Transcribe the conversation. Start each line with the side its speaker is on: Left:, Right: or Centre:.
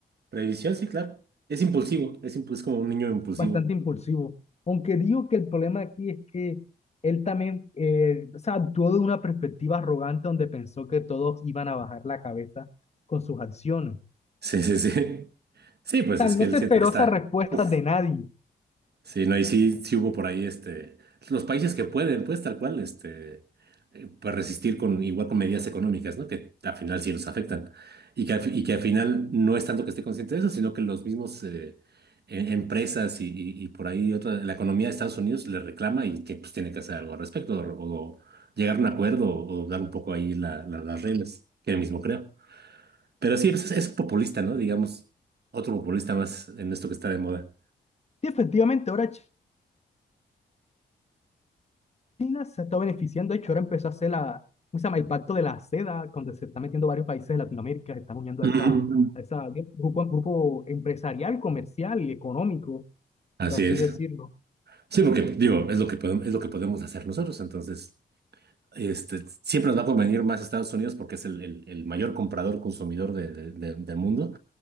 Right: Revisión, sí, claro. Es impulsivo, es, impu- es como un niño impulsivo.
Left: bastante impulsivo. Aunque digo que el problema aquí es que él también, eh, o sea, actuó de una perspectiva arrogante donde pensó que todos iban a bajar la cabeza con sus acciones. O
Right: Sí, sí, sí. Sí, Sí, pues
Left: sea,
Right: es
Left: él
Right: que
Left: no
Right: él
Left: se
Right: siente
Left: esperó
Right: que está.
Left: esas respuestas
Right: Uf.
Left: de nadie.
Right: Sí, no, y sí, sí hubo por ahí este, los países que pueden, pues tal cual, este, eh, pues resistir con igual con medidas económicas, ¿no? Que al final sí los afectan. Y que al, fi- y que al final no es tanto que esté consciente de eso, sino que los mismos eh, e- empresas y, y- y por ahí otra, la economía de Estados Unidos le reclama y que pues tiene que hacer algo al respecto, o, o llegar a un acuerdo, o, dar un poco ahí la- la- las reglas, que él mismo creo. Pero sí, es, es populista, ¿no? Digamos, otro populista más en esto que está de moda.
Left: Y efectivamente, ahora China se está beneficiando, de hecho, ahora empezó a hacer la, ¿cómo se llama? el pacto de la seda, donde se están metiendo varios países de Latinoamérica, se están uniendo a
Right: Ujú.
Left: esa, a esa grupo, grupo empresarial, comercial y económico,
Right: Así
Left: por así
Right: es.
Left: decirlo.
Right: Sí, porque digo, es lo que podemos, es lo que podemos hacer nosotros. Entonces, este, siempre nos va a convenir más Estados Unidos porque es el, el- el mayor comprador, consumidor de- de- de- del mundo,